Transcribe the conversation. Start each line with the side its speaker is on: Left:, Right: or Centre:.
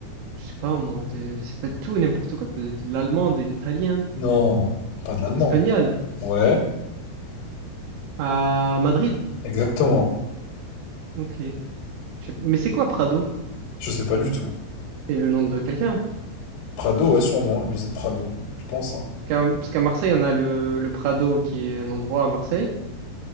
Right: Je sais pas moi, de... ça peut être tout et n'importe quoi. peut De l'allemand, de l'italien,
Left: Non, pas de l'allemand.
Right: espagnol,
Left: Ouais,
Right: à Madrid.
Left: exactement.
Right: Ok. Je sais- Mais c'est quoi Prado?
Left: Je sais pas du tout.
Right: C'est le nom de quelqu'un.
Left: Prado, ouais, sûrement, le musée Prado. Je pense, hein.
Right: Qu'à- Parce qu'à Marseille, on a le... le Prado qui est un endroit à Marseille.